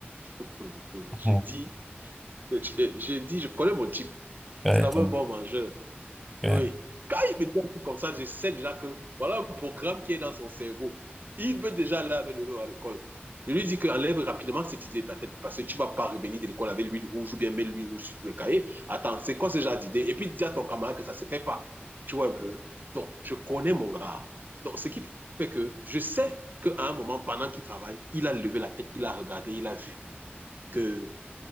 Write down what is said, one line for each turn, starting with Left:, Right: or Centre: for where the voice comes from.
Right: Hum, hum, hum.
Centre: Mhm.
Right: j'ai dit, <laughs> je, dis, je, je, dis, je connais mon type.
Centre: Ouais,
Right: C'est d'abord
Centre: donc,
Right: un bon mangeur. Oui.
Centre: ouais,
Right: Quand il me dit un truc comme ça, je sais déjà que voilà un programme qui est dans son cerveau. Il veut déjà aller avec lui à l'école. Je lui dis qu'enlève rapidement cette idée de ta tête parce que tu ne vas pas revenir de l'école avec l'huile rouge ou bien mettre l'huile rouge sur tout le cahier. Attends, c'est quoi ce genre d'idée? Et puis dis à ton camarade que ça ne se fait pas. Tu vois un peu? Donc, je connais mon gars. Donc, ce qui fait que je sais qu'à un moment, pendant qu'il travaille, il a levé la tête, il a regardé, il a vu que